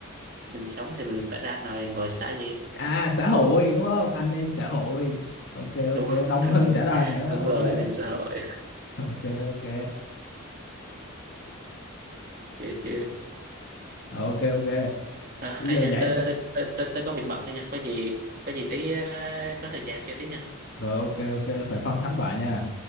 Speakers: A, on the right (about 40°); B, on the left (about 50°).
A: mình sống thì mình phải ra ngoài ngồi xã gì
B: à xã hội đúng không anh em xã hội ok ok
A: đúng
B: đông
A: rồi
B: hơn xã đoàn nữa
A: đúng
B: ok
A: rồi anh em xã
B: <laughs>
A: hội
B: ok ok
A: Kìa chưa
B: ok ok
A: à,
B: bây giờ
A: ai nha
B: vậy
A: tớ tớ tớ, tớ, tớ có việc bận thôi nha có gì có gì tí ờ, có thời gian chơi tiếp nha
B: rồi ok ok phải phân thắng bại nha